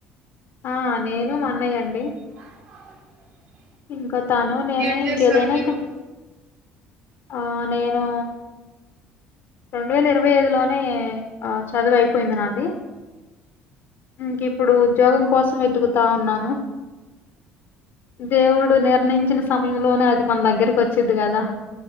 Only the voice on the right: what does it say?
<inaudible>
ఏం చేస్తారు
మీరు?